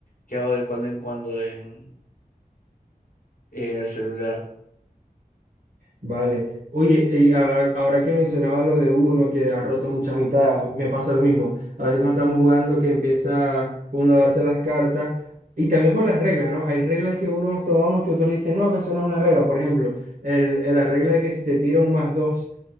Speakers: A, on the left; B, on the right.
A: que hago de cuando en cuando en, en el celular.
B: Vale. Oye, y ahora, ahora que mencionabas lo de uno que ha roto muchas mitades, a mí me pasa lo mismo. A veces cuando estamos jugando que empieza uno a darse las cartas y también por las reglas, ¿no? Hay reglas que unos tomamos que otros dicen, no, que eso no es una regla. Por ejemplo, el, el- la regla de que si te tira un más dos